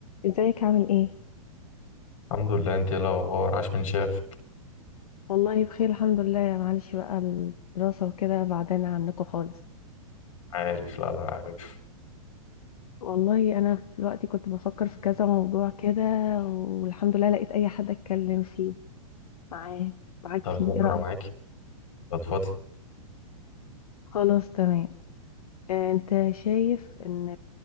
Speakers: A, on the left (about 75°); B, on the left (about 60°).
A: ازيك عامل ايه؟
B: الحمد لله انت ايه الاخبار عاش من شافك
A: والله بخير الحمد لله معلش بقى الدراسة وكده بعدنا عنكم خالص
B: عارف لا لا عارف
A: والله انا في الوقت كنت بفكر في كذا موضوع كده والحمد لله لقيت اي حد اتكلم فيه معاه معاك
B: طب
A: فيه
B: يلا
A: ايه رأيك؟
B: انا معاكي اتفضل
A: خلاص تمام آه، انت شايف ان